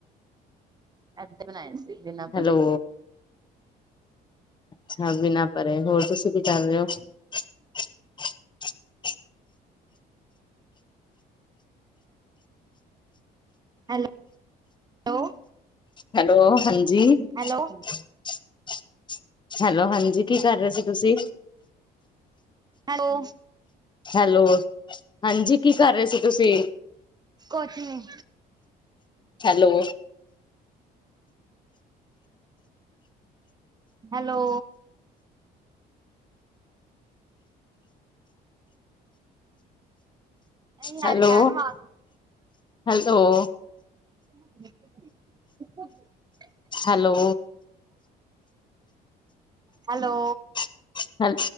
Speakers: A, on the right (about 25°); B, on the left (about 25°).
A: ਐਧ ਬਣਾਏ ਸੀ। ਬਿਨਾ
B: ਹੈਲੋ
A: ਭਰੇ
B: ਅੱਛਾ ਬਿਨਾਂ ਪਰੇ ਹੋਰ ਤੁਸੀਂ ਕੀ ਕਰ ਰਹੇ ਹੋ? <inaudible>
A: ਹੈਲੋ
B: ਹੈਲੋ ਹਾਂਜੀ
A: ਹੈਲੋ
B: <inaudible> <inaudible> ਹੈਲੋ ਹਾਂਜੀ ਕੀ ਕਰ ਰਹੇ ਸੀ? ਤੁਸੀਂ
A: ਹੈਲੋ
B: ਹੈਲੋ ਹਾਂਜੀ ਕੀ ਕਰ ਰਹੇ ਸੀ ਤੁਸੀਂ
A: ਕੁਛ ਨੀ
B: ਹੈਲੋ
A: ਹੈਲੋ ਯਾਰ
B: ਹੈਲੋ
A: ਭੈਣ ਆਵਾਜ਼
B: -ਹੈਲੋ <inaudible>
A: <inaudible>
B: ਹੈਲੋ
A: ਹੈਲੋ
B: <inaudible> ਹ